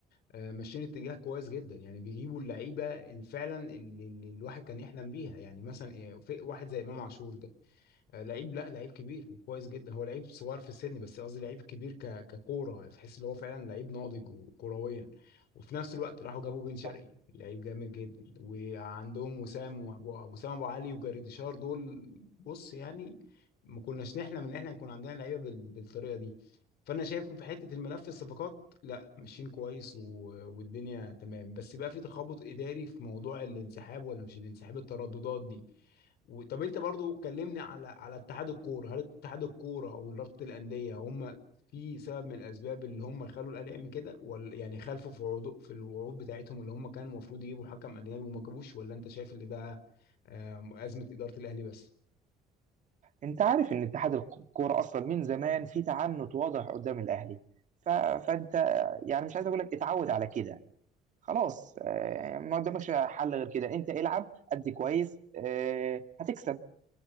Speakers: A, on the left; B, on the right.
A: آه، ماشيين اتجاه كويس جدا يعني بيجيبوا اللعيبه اللي فعلا اللي اللي الواحد كان يحلم بيها يعني مثلا إيه، في واحد زي امام عاشور ده آه، لعيب لا لعيب كبير وكويس جدا هو لعيب صغير في السن بس قصدي لعيب كبير ك... ككوره تحس ان هو فعلا لعيب ناضج وكرويا وفي نفس الوقت راحوا جابوا بن
B: صح
A: شرقي لعيب جامد جدا وعندهم وسام وابو وسام ابو علي وجريديشار دول بص يعني ما كناش نحلم ان احنا يكون عندنا لعيبه بال... بالطريقه دي فانا شايف في حته الملف الصفقات لا ماشيين كويس و... والدنيا تمام بس بقى في تخبط اداري في موضوع الانسحاب ولا مش الانسحاب الترددات دي و- طب انت برضو كلمني على على اتحاد الكوره هل اتحاد الكوره ورابطه الانديه هم في سبب من الاسباب اللي هم خلوا الاهلي يعمل كده ولا يعني خالفوا في عروض في الوعود بتاعتهم اللي هم كانوا المفروض يجيبوا حكم اجنبي وما جابوش ولا انت شايف اللي ده آه، ازمه اداره الاهلي بس
B: انت عارف ان اتحاد الك- الكوره اصلا من زمان في تعنت واضح قدام الاهلي ف... فانت يعني مش عايز اقول لك اتعود على كده خلاص آه، ما قدامكش حل غير كده انت العب ادي كويس آه، هتكسب